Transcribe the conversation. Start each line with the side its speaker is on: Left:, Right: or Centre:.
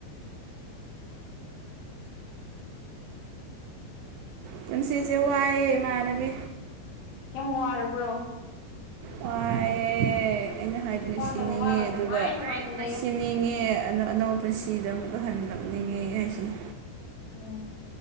Right: ꯄꯨꯟꯁꯤꯁꯦ ꯋꯥꯏꯑꯦ ꯏꯃꯥꯟꯅꯕꯤ
Left: ꯅꯨꯡ ꯋꯥꯔꯕ꯭ꯔꯣ
Right: ꯋꯥ ꯑꯩꯅ ꯍꯥꯏꯗꯅ
Left: ꯋꯥꯒꯅꯨ
Right: ꯁꯤꯅꯤꯡꯉꯦ
Left: ꯋꯥꯒꯅꯨ
Right: ꯑꯗꯨꯒ
Left: ꯅꯨꯡꯉꯥꯏ ꯅꯨꯡꯉꯥꯏꯅ ꯂꯩꯌꯣ
Right: ꯁꯤꯅꯤꯡꯉꯦ ꯑꯅꯧꯕ ꯄꯨꯟꯁꯤꯗ ꯑꯃꯨꯛꯀ ꯍꯟꯂꯛꯅꯤꯡꯉꯦ ꯍꯥꯏꯁꯤꯅꯤ
Left: ꯎꯝ